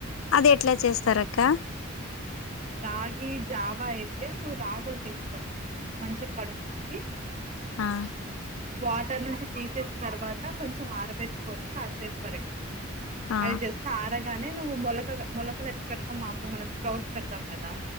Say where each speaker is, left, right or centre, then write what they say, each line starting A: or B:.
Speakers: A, on the left (about 85°); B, on the right (about 35°).
A: అది ఎట్లా చేస్తార అక్క
B: రాగి జావా అయితే నువ్వు రాగులు తీసుకొని మంచిగా కడుక్కుొని
A: ఆ
B: వాటర్ నుంచి తీసేసిన తర్వాత కొంచెం ఆరబెట్టుకొని కాసేపు వరకి
A: ఆ
B: అవి జస్ట్ ఆరగానే నువ్వు మొలక మొలకలు ఎట్లా కడతాం మామలు మనం స్ప్రౌట్స్ పెడతాం కదా